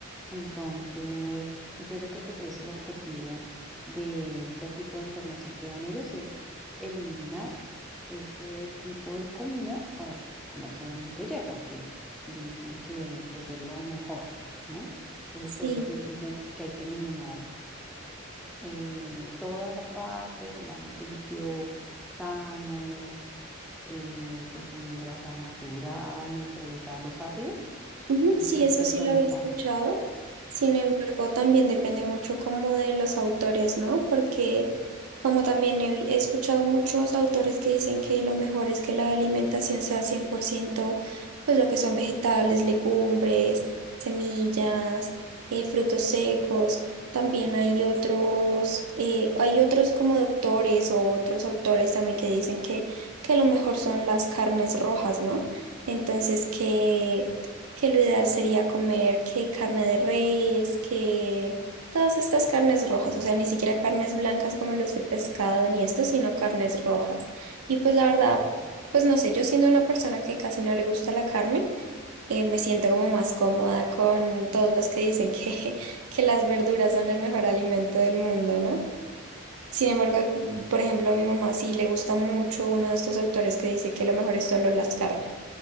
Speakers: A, in the centre; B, on the right (about 90°).
A: Entonces, entonces yo creo que por eso el objetivo de este tipo de información que dan ellos es eliminar ese tipo de comida para t- comer solamente hierbas, que dicen que pues es lo mejor, ¿no? Entonces,
B: Sí.
A: por eso ellos dicen que hay que eliminar eh, toda esa parte, tomar mucho líquido sano, eh, consumir grasa natural, neutralizar los ácidos.
B: Ujú,
A: Ellos
B: Sí,
A: dicen
B: eso
A: que neutralizar.
B: sí lo había escuchado. Sin embargo, también depende mucho como de los autores, ¿no? Porque como también he, vi- he escuchado muchos autores que dicen que lo mejor es que la alimentación sea 100% pues lo que son vegetales, legumbres, semillas, eh, frutos secos. También hay otros, eh, hay otros como doctores o otros autores también que dicen que, que lo mejor son las carnes rojas, ¿no? Entonces que que lo ideal sería comer que carne de res, que todas estas carnes rojas, o sea, ni siquiera carnes blancas como los del pescado ni esto, sino carnes rojas. Y pues la verdad, pues no sé, yo siendo una persona que casi no le gusta la carne, eh, me siento como más cómoda con todos los que dicen que, <laughs> que las verduras son el mejor alimento del mundo, ¿no? Sin embargo, por ejemplo, a mi mamá sí le gusta mucho uno de estos autores que dice que lo mejor es solo las carnes